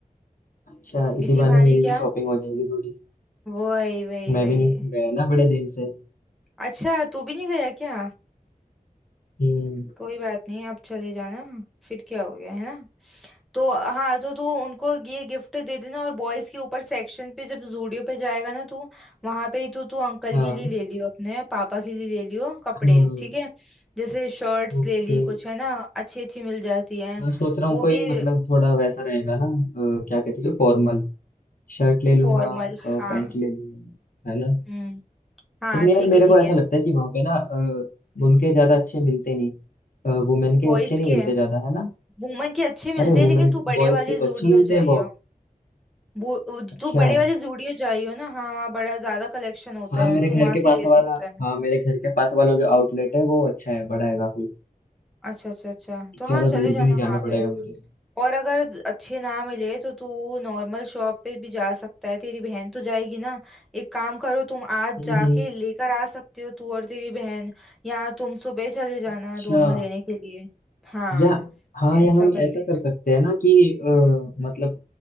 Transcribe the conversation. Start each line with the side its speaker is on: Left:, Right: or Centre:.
Left: अच्छा इसी
Centre: इसी
Left: बहाने
Centre: बहाने
Left: मेरी भी
Centre: क्या
Left: शॉपिंग हो जाएगी थोड़ी
Centre: वही वही
Left: मैं
Centre: वही
Left: भी नहीं गया ना बड़े दिन से
Centre: अच्छा तू भी नहीं गया क्या
Left: हम्म
Centre: कोई बात नहीं अब चले जाना फिर क्या हो गया है ना तो हाँ तो तू उनको ये गिफ्ट दे देना और बॉयज के ऊपर सेक्शन पे जब जूडियो पे जाएगा ना तू वहां पे ही तू तू अंकल
Left: हाँ
Centre: के लिए ले लियो अपने पापा के लिए ले लियो कपड़े
Left: हाँ
Centre: ठीक है जैसे शर्ट्स
Left: ओके
Centre: ले ली कुछ है ना अच्छी अच्छी मिल जाती है
Left: मैं सोच रहा हूँ
Centre: वो
Left: कोई
Centre: भी
Left: मतलब थोड़ा वैसा रहेगा ना अ, क्या कहते हैं फॉर्मल शर्ट ले लूंगा
Centre: फॉर्मल
Left: पैंट
Centre: हाँ
Left: ले लूंगा है ना
Centre: हम्म हाँ
Left: लेकिन यार
Centre: ठीक है
Left: मेरे को
Centre: ठीक
Left: ऐसा
Centre: है
Left: लगता है कि वहाँ पे ना अ, उनके ज्यादा अच्छे मिलते नहीं वुमेन के
Centre: बॉयज
Left: अच्छे नहीं
Centre: के
Left: मिलते ज्यादा है ना
Centre: वुमन के अच्छे मिलते
Left: अरे
Centre: हैं
Left: वुमेन
Centre: लेकिन तू बड़े
Left: बॉयज
Centre: वाले
Left: के तो
Centre: जूडियो
Left: अच्छे मिलते
Centre: जाइयो
Left: हैं बहुत
Centre: वो-
Left: अच्छा
Centre: तू बड़े वाले जूडियो जाइयो ना हाँ वहाँ बड़ा ज्यादा कलेक्शन होता
Left: हाँ मेरे
Centre: है तू
Left: घर
Centre: वहां
Left: के पास
Centre: से ले
Left: वाला
Centre: सकता है
Left: हाँ मेरे घर के पास वाला जो आउटलेट है वो अच्छा है बड़ा है काफी
Centre: अच्छा अच्छा अच्छा तो हाँ
Left: ज्यादा
Centre: चले
Left: दूर
Centre: जाना
Left: भी नहीं जाना
Centre: वहां पे
Left: पड़ेगा मुझे
Centre: और अगर अच्छे ना मिले तो तू नॉर्मल शॉप पे भी जा सकता है तेरी बहन तो जाएगी ना एक काम करो तुम आज
Left: हम्म
Centre: जाके
Left: हम्म,
Centre: लेकर आ सकते हो तू और तेरी बहन या तुम सुबह चले जाना
Left: अच्छा
Centre: दोनों लेने के लिए हाँ
Left: या हाँ या
Centre: ऐसा
Left: हम
Centre: कर लेना
Left: ऐसा कर सकते हैं ना कि अ, मतलब